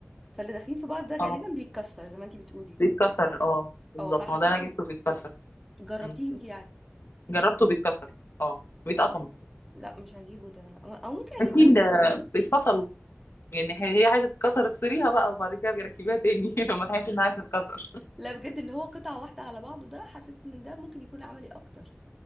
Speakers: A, in the centre; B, on the left.
A: فاللي داخلين في بعض ده غالبا
B: اه
A: بيتكسر زي ما انتي بتقولي
B: بيتكسر اه بالظبط
A: اه فحسيت
B: ما هو ده انا جبته بيتكسر
A: جربتيه
B: مم.
A: انت يعني
B: جربته بيتكسر اه بيتقطم
A: لا لا مش هجيبه ده لا. او ممكن
B: هاتي
A: اجيب أنا ممكن...
B: اللي بيتفصلوا يعني هي هي عايزه تتكسر افصليها بقى وبعد كده بيركبيها تاني <laughs> لما تحسي انها عايزه تتكسر
A: لا بجد اللي هو قطعه واحده على بعضه ده حسيت ان ده ممكن يكون عملي اكتر